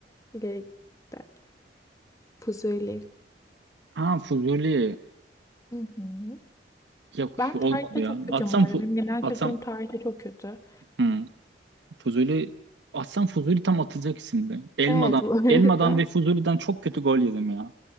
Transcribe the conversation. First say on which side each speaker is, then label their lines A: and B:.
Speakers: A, on the left; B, on the right.
A: ileride. Fuzuli.
B: Ha Fuzuli.
A: Hı hı.
B: Yok
A: Ben
B: olmadı
A: tarihte
B: ya.
A: çok kötüyüm
B: Atsam
A: bu arada.
B: fu-
A: Benim genel
B: atsam
A: kültürüm tarihte çok kötü.
B: Hı. Fuzuli atsam Fuzuli tam atılacak isimdi. Elmadan,
A: Evet bu arada.
B: Elmadan ve Fuzuli'den çok kötü gol yedim ya.